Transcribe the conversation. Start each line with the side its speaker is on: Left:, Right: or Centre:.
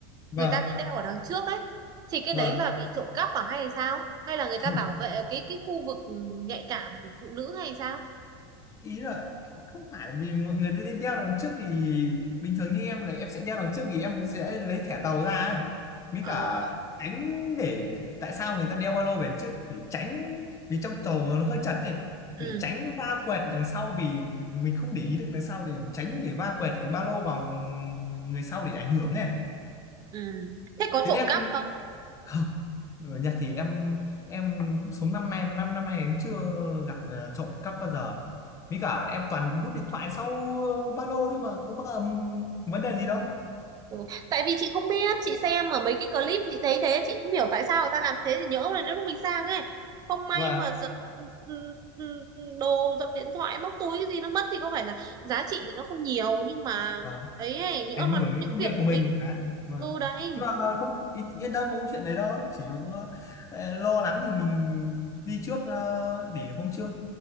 Left: và
Right: người ta cứ đeo ở đằng trước đấy thì cái
Left: và
Right: đấy là bị trộm cắp à hay là sao hay là người ta
Left: không
Right: bảo vệ cái cái khu vực nhạy cảm của phụ nữ hay sao
Left: ý là không phải vì mọi người sẽ đeo đằng trước thì bình thường như em là em sẽ đeo đằng trước vì em sẽ lấy thẻ tàu ra ấy. Mới
Right: ờ
Left: cả tránh để tại sao người ta đeo ba lô về trước để tránh vì trong tàu nó hơi chật đi để
Right: ừ
Left: tránh va quẹt đằng sau vì mình không để ý được đằng sau để tránh để va quẹt cái ba lô vào người sau để ảnh hưởng này
Right: ừ thế có
Left: chứ
Right: trộm
Left: em
Right: cắp không
Left: không người Nhật thì em em sống năm nay năm năm năm nay em chưa gặp ờ, trộm cắp bao giờ với cả em toàn đút điện thoại sau ờ, ba lô thôi mà có bao, vấn đề gì đâu
Right: ừ. tại vì chị không biết chị xem ở mấy cái clip chị thấy thế chị không hiểu tại sao người ta làm như thế thì nhỡ là nếu lúc mình sang ấy không may
Left: và
Right: mà giật ừ, ừ, ừ, ừ, đồ giật điện thoại móc túi cái gì nó mất thì có phải là giá trị nó không nhiều nhưng mà
Left: và
Right: ấy ấy, nhỡ
Left: ảnh
Right: mà
Left: hưởng
Right: nhỡ
Left: đến công
Right: việc
Left: việc
Right: của
Left: của mình
Right: mình
Left: à, và
Right: ừ đấy
Left: nhưng mà không ý- yên tâm không có chuyện đấy đâu chỉ có ờ, lo lắng thì mình đi trước ờ, để hôm trước